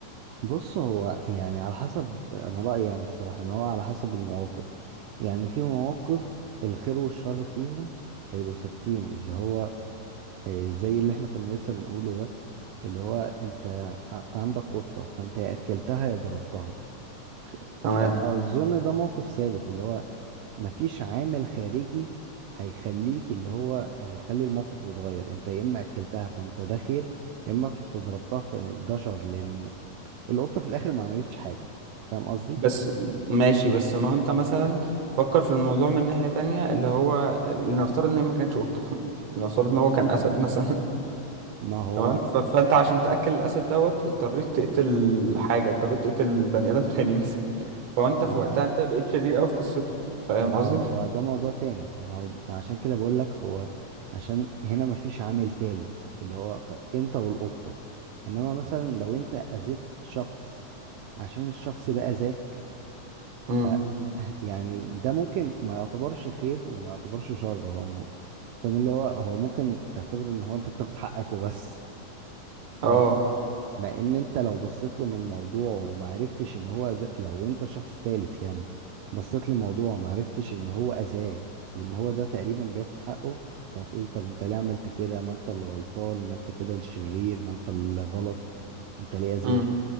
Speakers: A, on the right; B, on the right.
A: بص هو يعني على حسب انا رأيي يعني الصراحة ان هو على حسب المواقف يعني في مواقف الخير والشر فيهم هيبقوا ثابتين اللي هو آه، زي اللي احنا كنا لسه بنقوله ده اللي هو انت ع- عندك قطة فانت يا اكلتها يا ضربتها
B: تمام
A: فاظن ده موقف ثابت اللي هو مفيش عامل خارجي هيخليك اللي هو هيخلي الموقف يتغير انت يا اما اكلتها فانت ده خير يا اما انت ضربتها فده شر لان القطة في الاخر ما عملتش حاجة فاهم قصدي
B: بس ماشي بس ما هو انت مثلا فكر في الموضوع من ناحية تانية اللي هو لنفترض ان هي ما كانتش قطة <laughs> لنفترض ان هو كان اسد مثلا
A: ما هو
B: تمام ف- فانت عشان تاكل الاسد دوت اضطريت تقتل حاجه اضطريت تقتل بني ادم تاني مثلا <laughs> فانت
A: ما
B: في وقتها انت بقيت شرير قوي في قصته فاهم
A: ما
B: قصدي
A: هو ده موضوع تاني ما هو عشان كده بقول لك هو عشان هنا مفيش عامل تالت اللي هو خ- انت والقطة انما مثلا لو انت اذيت شخص عشان الشخص ده اذاك ف
B: امم
A: <laughs> يعني ده ممكن ما يعتبرش خير وما يعتبرش شر هو م- فاهم اللي هو هو ممكن تعتبره ان هو انت بتاخد حقك وبس <laughs>
B: اه
A: مع ان انت لو بصيت له من الموضوع ومعرفتش ان هو أذى لو انت شخص ثالث يعني بصيت للموضوع ومعرفتش ان هو اذاه وان هو ده تقريبا بياخد حقه انت هتقول طب انت ليه عملت كده ما انت اللي غلطان ما انت كده الشرير ما انت اللي غلط انت ليه اذيته
B: امم